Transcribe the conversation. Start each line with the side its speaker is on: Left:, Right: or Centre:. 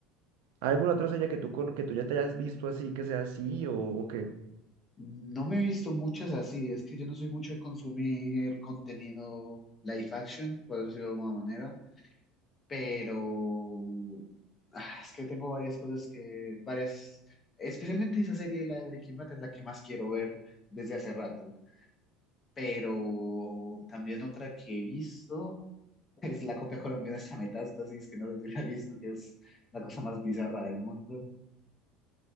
Right: ¿Hay alguna otra serie que tú, con- que tú ya te hayas visto así, que sea así o, o qué?
Left: No me he visto muchas así, es que yo no soy mucho de consumir contenido live action, por decirlo de alguna manera. pero mm, ah, es que tengo varias cosas que, varias, especialmente esa serie, la de Breaking Bad, es la que más quiero ver desde hace rato, pero también otra que he visto <laughs> es la copia colombiana de esta Metástasis, que no sé si la he visto, que es la cosa más bizarra del mundo.